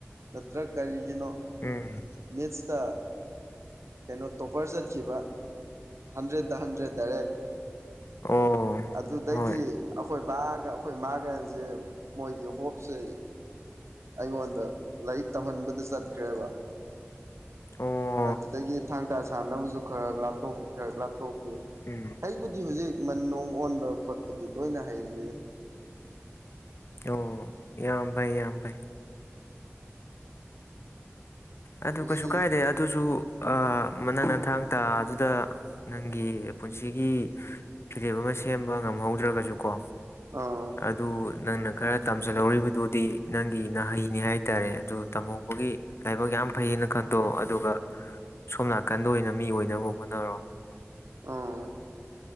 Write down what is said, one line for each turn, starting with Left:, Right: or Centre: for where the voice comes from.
Right: ꯅꯠꯇ꯭ꯔ ꯀꯔꯤꯒꯤꯅꯣ
Left: ꯎꯝ
Right: ꯃꯦꯁꯇ ꯀꯩꯅꯣ ꯇꯣꯄꯔ ꯆꯠꯈꯤꯕ ꯍꯟꯗ꯭ꯔꯦꯗꯠꯇ ꯍꯟꯗ꯭ꯔꯦꯠ ꯗꯥꯏꯔꯦꯛ
Left: ꯑꯣ
Right: ꯑꯗꯨꯗꯒꯤ
Left: ꯍꯣꯏ
Right: ꯑꯩꯈꯣꯏ ꯕꯥꯒ ꯑꯩꯈꯣꯏ ꯃꯥꯒꯁꯦ ꯃꯣꯏꯒꯤ ꯍꯣꯞꯁꯦ ꯑꯩꯉꯣꯟꯗ ꯂꯥꯏꯔꯤꯛ ꯇꯝꯍꯟꯕꯗ ꯆꯠꯈ꯭ꯔꯦꯕ
Left: ꯑꯣ
Right: ꯑꯗꯨꯗꯒꯤ ꯊꯥꯡ ꯇꯥ ꯁꯥꯟꯅꯕꯁꯨ ꯈꯔ ꯂꯥꯞꯊꯣꯛꯈꯤ ꯈꯔ ꯂꯥꯞꯊꯣꯛꯈꯤ
Left: ꯍꯝ
Right: ꯑꯗꯨ ꯍꯧꯖꯤꯛ ꯃꯟ ꯅꯨꯡ ꯑꯣꯟꯕ ꯈꯣꯠꯄꯗꯤ ꯂꯣꯏꯅ ꯍꯩꯔꯤꯑ
Left: ꯑꯣ ꯌꯥꯝ ꯐꯥꯏ ꯌꯥꯝ ꯐꯥꯏ ꯑꯗꯨ
Right: ꯃꯁꯤ
Left: ꯀꯁꯨ ꯀꯥꯏꯗꯦ ꯑꯗꯨꯁꯨ ꯃꯅꯅ ꯊꯥꯡ ꯇꯥ ꯑꯗꯨꯗ ꯅꯪꯒꯤ ꯄꯨꯟꯁꯤꯒꯤ ꯐꯤꯔꯦꯞ ꯑꯃ ꯁꯦꯝꯕ ꯉꯝꯍꯧꯗ꯭ꯔꯒꯁꯨ ꯀꯣ
Right: ꯑꯥ
Left: ꯑꯗꯨ ꯅꯪꯅ ꯈꯔ ꯇꯝꯁꯤꯜꯍꯧꯔꯤꯕꯗꯨꯗꯤ ꯅꯪꯒꯤ ꯅꯍꯩꯅꯤ ꯍꯥꯏꯇꯥꯔꯦ ꯑꯗꯨ ꯇꯝꯍꯧꯕ ꯒꯤ ꯂꯥꯏꯕꯛ ꯌꯥꯝ ꯐꯩꯌꯦꯅ ꯈꯟꯇꯣꯛ ꯑꯗꯨꯒ ꯁꯣꯝ ꯅꯥꯀꯟꯗ ꯑꯣꯏꯅ ꯃꯤ ꯑꯣꯏꯅꯕ ꯍꯣꯠꯅꯔꯣ
Right: ꯑꯥ